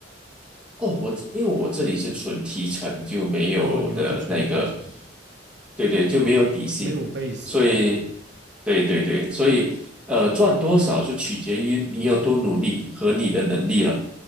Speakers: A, in the centre; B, on the right.
A: 哦，我这因为我这里是纯提成，就没有的那个，
B: 哦，你们是纯提成，
A: 对对，就没有底薪，
B: 没有 base。
A: 所以对对对，所以呃，赚多少就取决于你有多努力和你的能力了。